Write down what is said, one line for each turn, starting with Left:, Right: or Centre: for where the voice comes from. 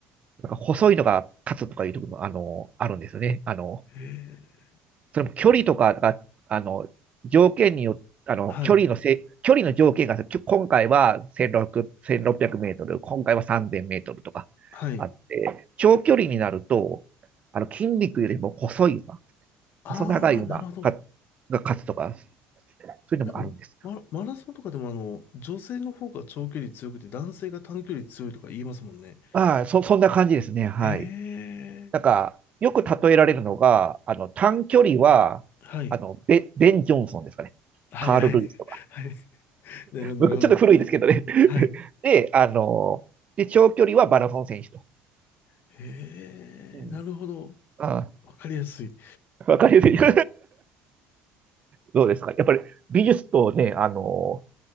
Right: なんか細いのが勝つとかいうところも、あの、あるんですよね。あの、
Left: へえ、
Right: それも距離とかが、あの、条件によって、あの、
Left: はい、
Right: 距離のせ、距離の条件が、きょ今回は1600、1 6メートル、今回は3000メートルとかあって、
Left: はい。
Right: 長距離になると、あの、筋肉よりも細い馬、
Left: ああ、
Right: 細長い馬が、
Left: なるほど。
Right: が勝つとか、そういうのもあるんですよ。
Left: なんか、マ、マラソンとかでもあの、女性の方が長距離強くて男性が短距離強いとか言いますもんね。
Right: ああ、そ、そんな感じですね。はい。
Left: へえ、
Right: なんか、よく例えられるのが、あの、短距離は、
Left: はい、
Right: あの、ベ、ベン・ジョンソンですかね。
Left: はい、
Right: カール・
Left: はい、
Right: ルイスとか。
Left: <laughs> はい。なるほど、
Right: 僕ちょっと古いですけどね。
Left: なるほど。
Right: <laughs>
Left: はい。
Right: で、あの、で、長距離はマラソン選手と。
Left: へえ、
Right: うん。
Left: なるほど。
Right: あ
Left: わかりやすい。い
Right: あ、わかりやすい。<laughs> どうですかやっぱり美術とね、あの、